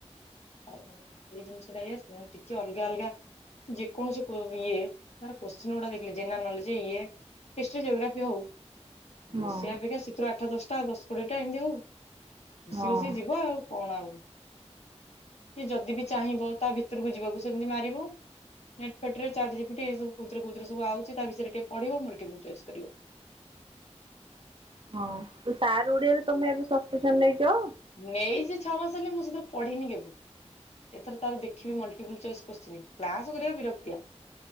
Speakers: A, on the left; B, on the right.
A: ଏଇ ଜିନିଷଟା ଏଇଆ, ସେମାନେ ଟିକେ ଅଲଗା ଅଲଗା ଯେକୌଣସି ଇଏ ତାର କୋଶ୍ଚିନ୍ ଗୁଡା ଦେଖିଲେ, ଜେନେରାଲ ନଲେଜ ଇଏ ହିଷ୍ଟ୍ରି ଜୋଗ୍ରାଫି ହଉ।
B: ହଁ
A: ବସିଆ ଅପେକ୍ଷା, ସେଥିରୁ ଆଠ ଦଶଟା ଦଶ କୋଡିଏଟା ଏମିତି ହଉ ବସି
B: ହଁ।
A: ବସିକି ଯିବ ଆଉ। କଣ ଆଉ କି ଯଦି ବି ଚାହିଁବ ତା ଭିତରକୁ ଯିବାକୁ, ସେମିତି ମାରିବ। ନେଟ ଫେଟ ଚାଟ୍ ଜି ପି ଟି ଏସବୁ କୋଉଥରେ କୋଉଥରେ ସବୁ ଆଉଛି, ତା ବିଷୟରେ ଟିକେ ପଢିବ ମଲ୍ଟିପୂଲ୍ ଚଏସ କରିବ।
B: ତ ଷ୍ଟାର୍ ଓଡିଆରେ ତମେ ଏବେ ସସ୍ପେସନ ନେଇଛ?
A: ନେଇଛି ଛଅ ମାସ ହେଲେ ମୁଁ ସେଥିରେ ପଢିନି କେବେ? ଏଥର ତାର ଦେଖିବି ମଲ୍ଟିପୂଲ୍ ଚଏସ କୋତ୍ସିନ୍ କ୍ଲାସ କରିଆକୁ ବିରକ୍ତିଆ।